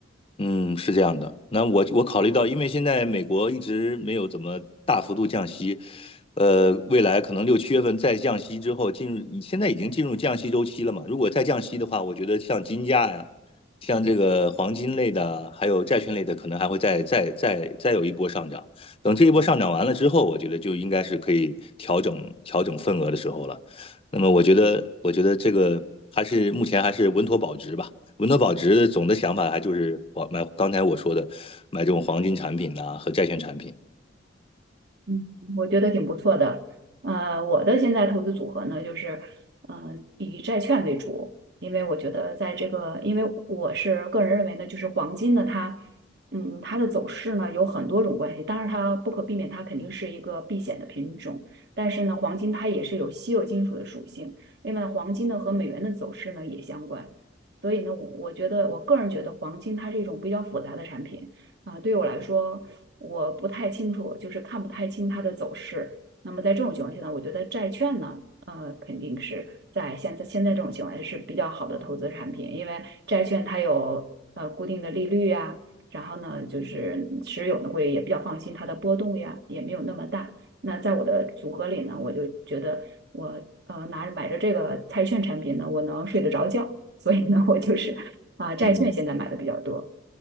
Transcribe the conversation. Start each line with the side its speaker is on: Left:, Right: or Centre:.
Left: 嗯，是这样的。那我我考虑到，因为现在美国一直没有怎么大幅度降息，呃，未来可能六七月份再降息之后，进入现在已经进入降息周期了嘛。如果再降息的话，我觉得像金价呀，像这个黄金类的，还有债券类的，可能还会再再再再有一波上涨。等这一波上涨完了之后，我觉得就应该是可以调整调整份额的时候了。那么我觉得，我觉得这个还是目前还是稳妥保值吧。文德保值总的想法还就是我买刚才我说的买这种黄金产品呐、和债券产品。
Right: 嗯，我觉得挺不错的。呃，我的现在投资组合呢，就是呃以债券为主，因为我觉得在这个，因为我是个人认为呢，就是黄金呢，它嗯它的走势呢有很多种关系，当然它不可避免，它肯定是一个避险的品种，但是呢，黄金它也是有稀有金属的属性，另外黄金呢和美元的走势呢也相关，所以呢，我我觉得我个人觉得黄金它是一种比较复杂的产品啊，对我来说。我不太清楚，就是看不太清它的走势。那么在这种情况下呢，我觉得债券呢，呃，肯定是在现在现在这种情况下是比较好的投资产品，因为债券它有呃固定的利率呀，然后呢，就是持有呢会也比较放心，它的波动呀也没有那么大。那在我的组合里呢，我就觉得我呃拿着买着这个债券产品呢，我能睡得着觉，所以呢，我就是啊、债券现在买的比较多。
Left: 嗯，